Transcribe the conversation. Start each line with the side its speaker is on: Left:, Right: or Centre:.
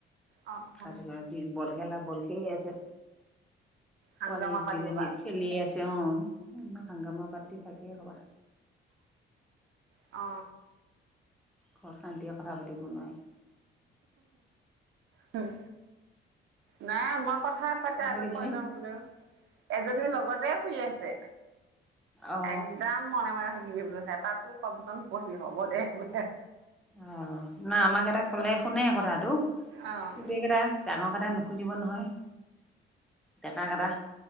Right: অ অ
Centre: তাতেই বল খেলা বল খেলি আছে।
Right: হাংগামা
Centre: পোৱালিছ
Right: পাতি
Centre: কেইজনী
Right: হ'বা
Centre: খেলি আছে অ আম হাগামা পাতি থাকে সবা
Right: অ
Centre: ঘৰত শান্তিয়ে কথা পাতিব নোৱাৰে।
Right: হম নাই মই কথা পাতা
Centre: ইহঁতে
Right: আগত
Centre: কেইজনী
Right: কৈ লম বোলেও এজনীৰ লগতে শুই আছে
Centre: অ
Right: একদম মনে মনে থাকিবি বুলি সেতাতো শব্দ নপঢ়ি হ'ব দেই বো
Centre: অ না আমাৰ কেইটাক ক'লে শুনে কথাটো।
Right: অ
Centre: কিন্তু এইকেইটা ডাঙৰ কেইটাই নুশুনিব নহয়। ডেকা কেইটা